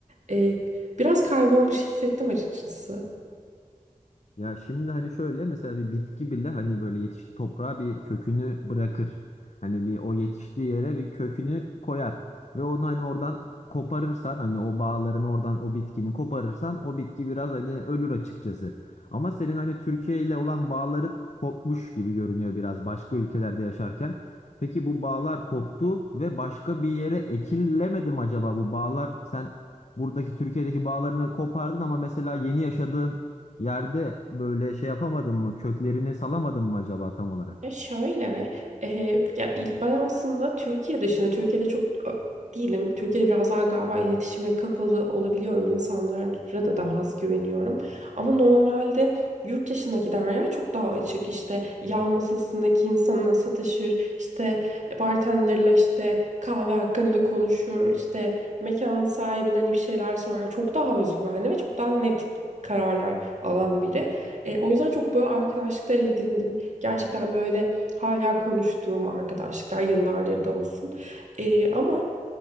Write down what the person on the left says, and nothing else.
Ya şimdi hani şöyle mesela bir bitki bile hani böyle yetişti toprağa bir kökünü bırakır. Hani bir o yetiştiği yere bir kökünü koyar ve onu hani oradan koparırsan hani o bağların oradan o bitkini koparırsan o bitki biraz hani ölür açıkçası. Ama senin hani Türkiye ile olan bağları kopmuş gibi görünüyor biraz başka ülkelerde yaşarken. Peki bu bağlar koptu ve başka bir yere ekilemedi mi acaba bu bağlar sen buradaki Türkiye'deki bağlarını kopardın ama mesela yeni yaşadığın Yerde böyle şey yapamadın mı? Köklerini salamadın mı acaba tam olarak?